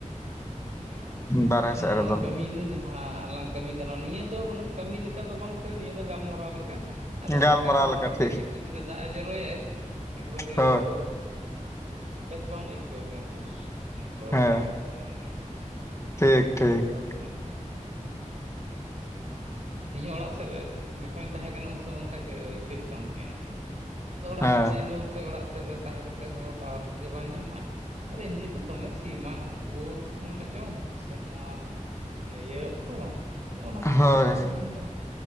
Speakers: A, on the right; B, on the left.
A: ᱦᱮᱸ
B: ᱵᱟᱨᱦᱮ
A: ᱟᱨ ᱱᱚᱜ
B: ᱥᱮᱫ
A: ᱚ ᱱᱚᱣᱟ
B: ᱨᱮᱫᱚ
A: ᱠᱟᱹᱢᱤ ᱫᱚ ᱡᱟᱦᱟᱸᱼᱼ ᱦᱟᱸ ᱞᱟᱝ ᱠᱟᱹᱢᱤ ᱠᱟᱱᱟ ᱱᱤᱭᱟᱹ ᱫᱚ ᱦᱩᱱᱟᱹᱜ ᱠᱟᱹᱢᱤ ᱞᱮᱠᱟ ᱫᱚ ᱵᱟᱝ ᱥᱮ ᱱᱤᱭᱟᱹ ᱫᱚ ᱜᱟᱞᱢᱟᱨᱟᱣ ᱞᱮᱠᱟ ᱾ ᱟᱫᱚ
B: ᱜᱟᱞᱢᱟᱨᱟᱣ
A: ᱚᱱᱠᱟ ᱦᱚᱸ
B: ᱞᱮᱠᱟ
A: ᱡᱷᱤᱯᱤᱠ
B: ᱴᱷᱤᱠ
A: ᱡᱷᱤᱯᱤᱠ ᱡᱩᱫᱤ ᱫᱟᱜ ᱮ ᱡᱚᱨᱚᱭᱟᱭᱼᱼ ᱮᱠᱵᱟᱨᱮ
B: ᱦᱳᱭ
A: ᱟᱫᱚᱼᱼ ᱵᱮᱥ ᱵᱟᱢ ᱟᱹᱭᱠᱟᱹᱣᱟ ᱞᱮᱭᱟᱢ ᱫᱷᱟᱹᱨ ᱦᱟᱯᱮ ᱚᱲᱟᱜ
B: ᱦᱮᱸ
A: ᱥᱮᱫ ᱜᱮᱧ ᱥᱮᱱ ᱞᱮᱱ ᱜᱮ ᱾
B: ᱴᱷᱤᱠ ᱴᱷᱤᱠ ᱾
A: <unintelligible>
B: <unintelligible>
A: ᱤᱧᱦᱚ ᱚᱲᱟᱜ ᱥᱮᱜ ᱨᱮ ᱡᱚᱠᱷᱚᱱᱤᱧ ᱛᱟᱦᱮᱸ ᱠᱟᱱᱟ ᱩᱱ ᱥᱳᱢᱳ ᱚᱝᱠᱟ ᱜᱮ ᱟᱹᱭᱠᱟᱹᱜ ᱠᱟᱱ ᱛᱟᱦᱮᱸᱱᱟ ᱦᱮᱸ ᱾ ᱟᱫᱚ ᱚᱲᱟᱜ
B: ᱦᱮᱸ
A: ᱵᱷᱤᱛᱤᱨ ᱨᱮᱦᱚᱸ ᱥᱮ ᱚᱲᱟᱜ ᱥᱮᱜ ᱨᱮ ᱛᱟᱦᱮᱸ ᱠᱟᱛᱮ ᱦᱚᱸ ᱴᱟᱣᱟᱨ ᱵᱷᱟᱜᱮ ᱵᱟᱭ ᱧᱟᱢᱟᱭ ᱟᱨ ᱮᱢᱱᱤ ᱛᱚ ᱫᱚᱢᱮ ᱥᱤᱢᱟᱜ ᱜᱳᱞ ᱮᱢ ᱟᱸᱡᱚᱢ ᱥᱮ ᱱᱚᱣᱟ ᱤᱭᱟ. ᱜ ᱠᱩ ᱟᱫᱚ ᱚᱱᱟ ᱠᱷᱟᱹᱛᱤᱨ
B: ᱦᱳᱭ
A: ᱛᱮ <unintelligible> ᱢᱮᱱ ᱫᱟ